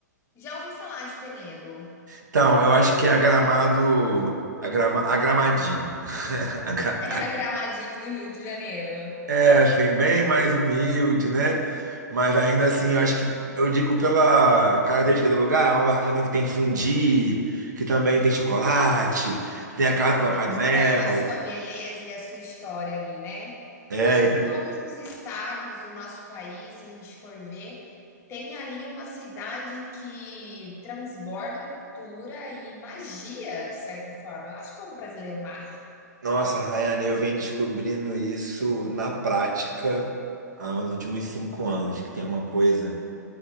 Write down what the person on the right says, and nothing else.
Então, eu acho que é a Gramado, a Grama, a Gramadinho. <laughs> A Gra-
É, assim, <laughs> bem mais humilde, né? Mas ainda assim, eu acho que, eu digo pela característica do lugar, é um lugar também que tem fundi, que também tem chocolate, tem a casa do Papai
Noel.
É,
e
tem-
Nossa, Rayane, eu venho descobrindo isso na prática há uns últimos cinco anos, que tem uma coisa